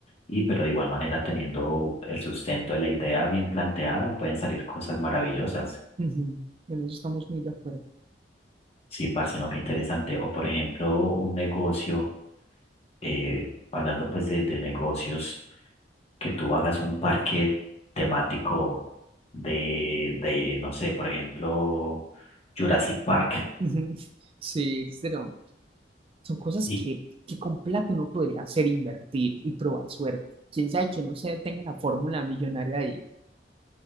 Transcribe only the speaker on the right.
ujú. En eso estamos muy de acuerdo.
Ujú. Sí, pero son cosas
que, que con plata uno podría hacer, invertir y probar suerte. Quién sabe que no se tenga la fórmula millonaria ahí.